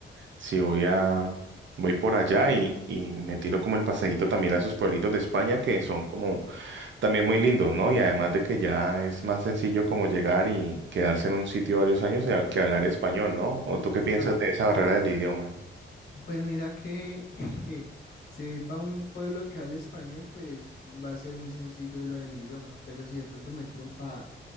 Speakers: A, on the right (about 65°); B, on the left (about 45°).
A: si voy a, voy por allá y, y me tiro como el paseíto también a esos pueblitos de España que son como también muy lindos, ¿no? Y además de que ya es más sencillo como llegar y quedarse en un sitio varios años eh, que hablar español, ¿no? ¿O tú qué piensas
B: Claro,
A: de esa barrera del idioma?
B: Pues mira que <laughs> si voy para un pueblo que habla español, pues va a ser muy sencillo lo del idioma, pero si de pronto me tiro para pa